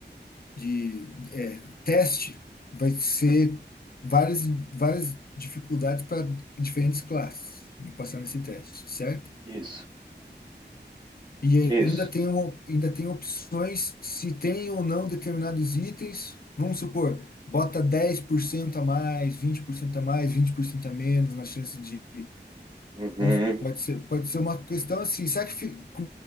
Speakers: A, on the left; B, on the right.
A: de é, teste, vai ser várias, várias dificuldades para diferentes classes de passar nesse teste, certo?
B: Isso.
A: E
B: Isso.
A: ainda tem, o- ainda tem opções se tem ou não determinados itens. Vamos supor, bota 10% a mais, 20% a mais, 20% a menos na chance de
B: Uhum.
A: Vamos- Pode ser, pode ser uma questão assim, será que fi- com,